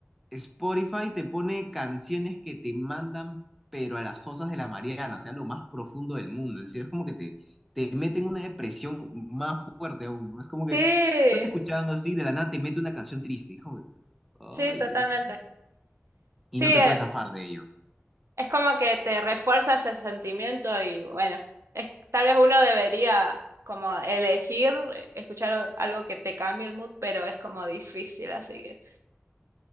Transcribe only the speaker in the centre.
Spotify te pone canciones que te mandan, pero a las fosas de la Mariana, o sea, lo más profundo del mundo, es decir, es como que te, te mete en una depresión más fuerte aún, ¿no? Es como que
tú estás escuchando así, de la nada te mete una canción triste, hijo. Ay,
Dios mío.
Y no
te puedes zafar de ello.